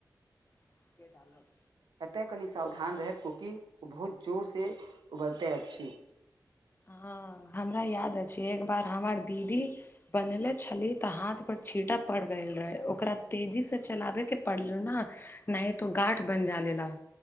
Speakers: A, on the left (about 30°); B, on the right (about 85°).
A: <inaudible>
B: एतय कनि सावधान रहब कुकि ओ बहुत जोर सँ उबलते अछि
A: ह हमरा याद अछि एक बार हमर दीदी बनेले छली तऽ हाथ पर छीटा पड़ गेल रहै ओकरा तेजी से चलाबे के परले ने नहि तो गाठ बन जालेला